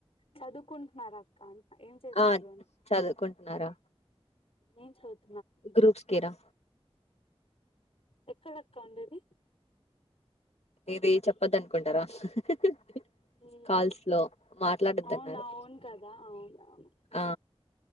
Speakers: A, on the left; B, on the left.
A: చదువుకుంటున్నారా? అక్కా అని ఏం చేస్తారు
B: ఆ
A: అని.
B: చదువుకుంటున్నారా
A: ఏ చద్వ్
B: గ్రూప్స్ కీరా
A: ఎక్కడక్క ఉండేది.
B: ఇది చెప్పద్దు అనుకుంటారా. మ్ హూ హు
A: మ్మ్
B: కాల్స్ లో మాట్లాడద్దు
A: అవునా
B: అన్నారు
A: అవును కదా అవును అవును
B: ఆ.